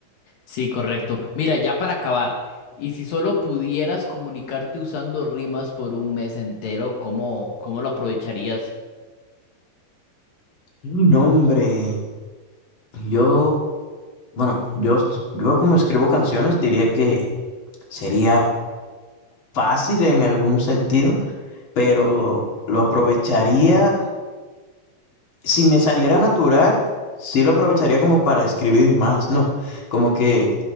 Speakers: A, on the left; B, on the left.
A: Sí, correcto. Mira, ya para acabar, y si solo pudieras comunicarte usando rimas por un mes entero, ¿cómo, cómo lo aprovecharías?
B: Y no, hombre, yo, bueno, yo, yo como escribo canciones, diría que sería fácil en algún sentido, pero lo aprovecharía, si me saliera natural, sí lo aprovecharía como para escribir más, ¿no? Como que